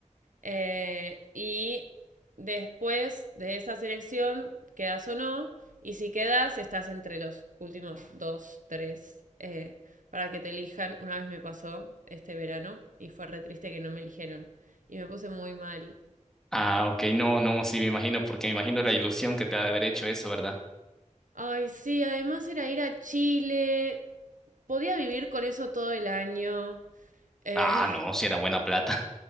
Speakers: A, on the right (about 80°); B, in the centre.
A: Eh, y después de esa selección, quedas o no, y si quedas, estás entre los últimos dos, tres, eh, para que te elijan. Una vez me pasó este verano y fue re triste que no me eligieron. Y me puse muy mal.
B: Ah, ok, no, no, sí me imagino, porque me imagino la ilusión que te ha de haber hecho eso, ¿verdad?
A: Ay, sí, además era ir a Chile. Podía vivir con eso todo el año. Eh,
B: Ah, no, si era buena plata.